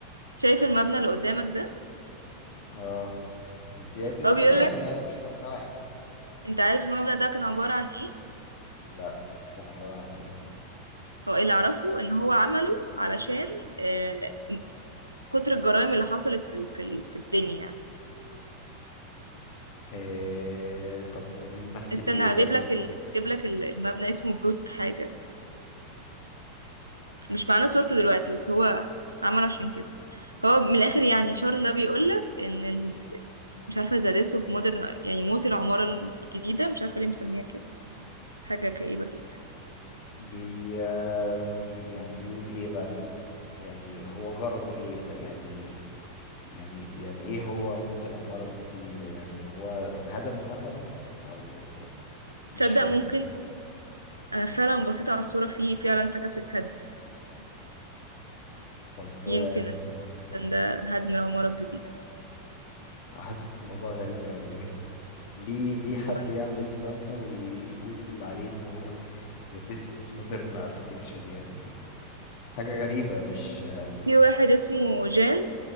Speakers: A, on the right; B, on the left.
A: شايف المبنى اللي قدامك ده
B: اه بس دي عده
A: هو بيقول
B: مباني
A: لك
B: يعني مش مبنى واحد
A: انت عارف المبنى ده كان عبارة عن ايه
B: لا كان عباره عن ايه,
A: هو اللي اعرفه ان هو عمله علشان آه، كتر الجرائم اللي حصلت في ال- في ال- في الدنيا يعني
B: إيه... طب وبيمثل
A: استنى
B: ايه
A: هجيب
B: برضه
A: لك ال... هجيب لك ال- المبنى اسمه بروت حاجة مش معانا صورته دلوقتي بس هو عمله عشان كده هو من الاخر يعني شارل ده بيقول لك ان ال... مش عارفة زادسو في مودرن يعني موت العمارة الجديدة مش عارفة ليه مسميها كده حاجة كئيبة جدا
B: بي, آه، بي يعني بيقول ايه بقى يعني هو غرضه ايه بقى يعني يعني يعني ايه هو موت العمارة الجديدة يعني هو هدمه مثلا او مش
A: تصدق
B: فاهم
A: ممكن انا فعلا بصيت على الصورة في فعلا حاجة بتتهد
B: طب آه،
A: يمكن عامة ده هدم العمارة الجديدة
B: <laughs> حاسس الموضوع غريب قوي يعني <laughs> ليه ليه حد
A: وانا
B: يعمل مبنى ويقول عليه ان هو the death of modern architecture يعني حاجة غريبة مش
A: في واحد اسمه جان